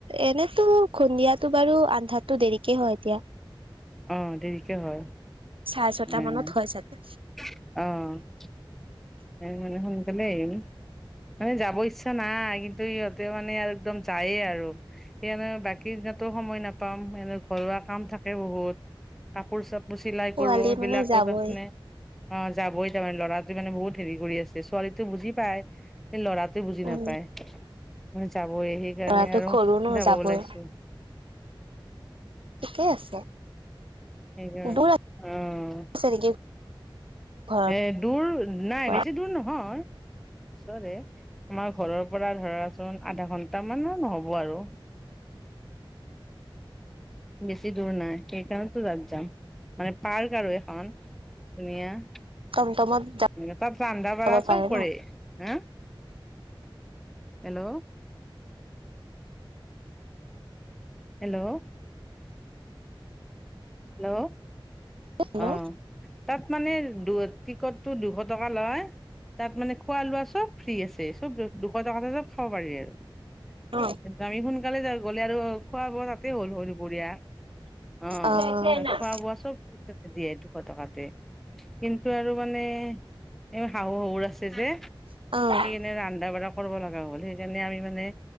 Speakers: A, on the right; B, in the centre.
A: এনেতো সন্ধিয়াটো বাৰু আন্ধাতো দেৰিকে হয় এতিয়া।
B: অহ দেৰিকে হয়।
A: চাৰে ছটা
B: উ
A: মানত হয় চাগে
B: অহ এ' মানে সোনকলে এৰিব মানে যাব ইচ্ছা নাই কিন্তু ইহঁতে মানে একদম যায়ে আৰু। বাকি দিনো সময় নাপাম এনে ঘৰুৱা কাম থাকে বহুত। কাপোৰ-চাপোৰ চিলাই
A: পোৱালি
B: কৰো। সেইবিলাকো
A: মানে যাবই
B: তাৰ মানে অ' যাবই তাৰমানে ল'ৰাটো মানে বহুত হেৰি কৰি আছে ছোৱালীটো বুজি পাই ল'ৰাটোৱে বুজি
A: উম
B: নাপায়, মানে যাবই সেইকাৰণে
A: ল'ৰাটো
B: আৰু
A: সৰু ন
B: যাব
A: যাবই
B: ওলাইছো।
A: ঠিকেই আছে।
B: সেইকাৰণে
A: দূৰ
B: অ'
A: আছে নেকি ঘৰৰ
B: এক দূৰ নাই
A: পৰা
B: বেছি দূৰ নহয়, ওচৰতে আমাৰ ঘৰৰ পৰা ধৰা আধা ঘন্টামানৰ নহ'ব আৰু। বেছি দূৰ নাই সেইকাৰণেতো য-যাম মানে পাৰ্ক আৰু এখন। ধুনীয়া
A: টমটমত
B: তাত ৰন্ধা-বাঢ়া
A: যাব
B: চব
A: পাৰে
B: কৰে।
A: ন
B: হা হেল্ল' হেল্ল' হেল্ল'
A: হেল্ল'
B: অ' তাত মানে দু টিকটটো দুশ টকা লয়। তাত মানে খোৱা-লোৱা চব ফ্ৰী আছে। চব দুশ টকাতে চব খাব পাৰি আৰু
A: অ
B: অহ আমি সোনকালে যা গ'লে আৰু খোৱা-বোৱা তাতেই হ'ল হয় দুপৰীয়া অ'
A: অ
B: পোৱা চব তাতে দিয়ে দুশ টকাতে। কিন্তু আৰু মানে এই শাহু-শহুৰ আছে যে
A: অ'
B: নে ৰন্ধা-বঢ়া কৰিব লগা হ'ল সেইকাৰণে আমি মানে